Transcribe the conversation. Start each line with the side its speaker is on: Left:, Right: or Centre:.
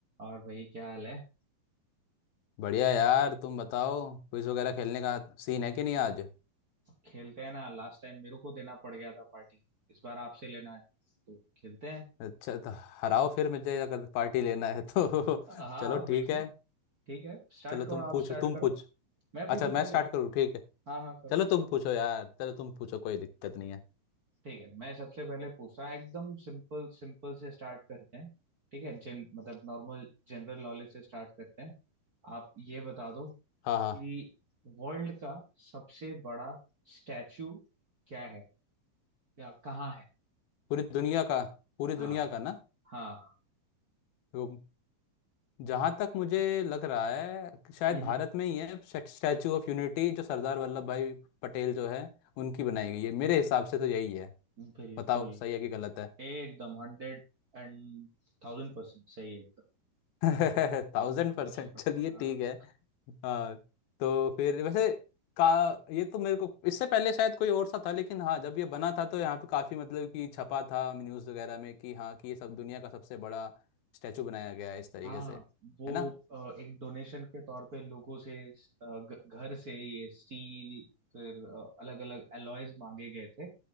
Right: और भाई क्या हाल है
Left: बढ़िया यार तुम बताओ क्विज वगैरह खेलने का सीन है कि नहीं आज
Right: खेलते हैं ना लास्ट टाइम मेरे को देना पड़ गया था पार्टी इस बार आपसे लेना है तो खेलते हैं
Left: अच्छा तो हराओ फिर मुझे अगर पार्टी लेना है तो
Right: हाँ हाँ
Left: <laughs> चलो
Right: बिल्कुल
Left: ठीक है
Right: ठीक है स्टार्ट
Left: चलो तुम
Right: करो आप
Left: पूछो
Right: स्टार्ट
Left: तुम
Right: करो
Left: पूछ
Right: मैं
Left: अच्छा
Right: पूछूं
Left: मैं
Right: पहले
Left: स्टार्ट करूँ ठीक है
Right: हाँ हाँ करो
Left: चलो तुम पूछो यार चलो तुम पूछो कोई दिक्कत नहीं है
Right: ठीक है मैं सबसे पहले पूछता हूँ एकदम सिंपल सिंपल से स्टार्ट करते हैं ठीक है जन मतलब नॉर्मल जनरल नॉलेज से स्टार्ट करते हैं आप ये बता दो
Left: हाँ हाँ
Right: कि वर्ल्ड का सबसे बड़ा स्टैचू क्या है या कहाँ है
Left: पूरी दुनिया का पूरी
Right: हाँ
Left: दुनिया का ना
Right: हाँ हाँ।
Left: वो जहाँ तक मुझे लग रहा है कि शायद
Right: हम्म
Left: भारत में ही है स्टैचू ऑफ यूनिटी जो सरदार वल्लभ भाई पटेल जो है उनकी बनाई गई है मेरे हिसाब से तो यही है
Right: बिल्कुल
Left: बताओ सही है कि गलत है
Right: एकदम हंड्रेड एंड थाउजेंड परसेंट सही है एकदम
Left: <laughs> थाउजेंड परसेंट
Right: सबसे पड़ता
Left: चलिए
Right: हाँ
Left: ठीक है आ, तो फिर वैसे का ये तो मेरे को इससे पहले शायद कोई और सा था लेकिन हाँ जब ये बना था तो यहाँ पे काफी मतलब कि छपा था न्यूज़ वगैरह में कि हाँ कि ये सब दुनिया का सबसे बड़ा स्टैचू बनाया गया है इस तरीके
Right: हाँ
Left: से है
Right: वो
Left: ना
Right: अ, एक डोनेशन के तौर पे लोगों से अ, घ- घर से ये स्टील फिर अलग अलग एलॉयज मांगे गए थे